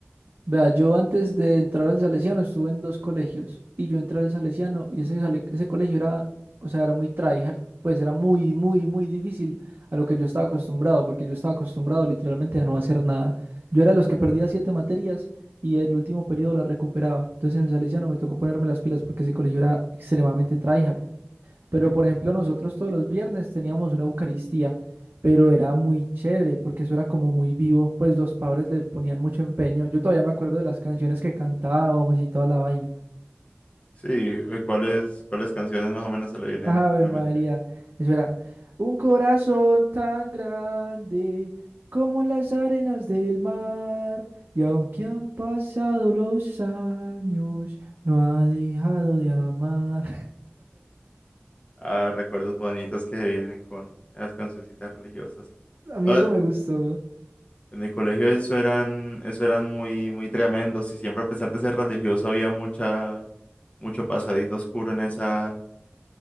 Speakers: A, on the right; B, on the left.
A: Vea, yo antes de entrar al Salesiano estuve en dos colegios y yo entré al Salesiano y ese, sale- ese colegio era, o sea, era muy tryhard, pues era muy, muy, muy difícil a lo que yo estaba acostumbrado, porque yo estaba acostumbrado literalmente a no hacer nada. Yo era de los que perdía siete materias y el último periodo las recuperaba. Entonces en el Salesiano me tocó ponerme las pilas porque ese colegio era extremadamente tryhard. Pero por ejemplo, nosotros todos los viernes teníamos una Eucaristía, pero era muy chévere porque eso era como muy vivo, pues los padres le ponían mucho empeño. Yo todavía me acuerdo de las canciones que cantábamos y toda la vaina.
B: Sí, eh, ¿cuáles, cuáles canciones más o menos se le vienen
A: Ave
B: a la
A: María,
B: mente?
A: eso era un corazón tan grande como las arenas del mar, y aunque han pasado los años, no ha dejado de amar.
B: Ah, recuerdos bonitos que se vienen con las cancioncitas religiosas.
A: <laughs> A mí
B: No,
A: eso me gustó.
B: en el colegio eso eran, eso eran muy, muy tremendos y siempre a pesar de ser religioso había mucha, mucho pasadito oscuro en esa,